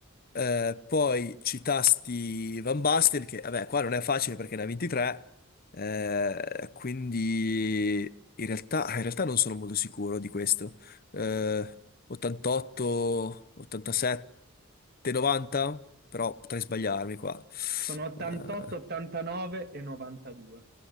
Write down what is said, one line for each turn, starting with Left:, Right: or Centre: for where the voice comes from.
Left: Eh, poi citasti Van Basten, che vabbè, qua non è facile perché ne ha 23, eh, quindi in realtà in realtà non sono molto sicuro di questo eh, 88, 87, 90, però potrei sbagliarmi qua.
Right: Sono 88,
Left: Eh,
Right: 89 e 92,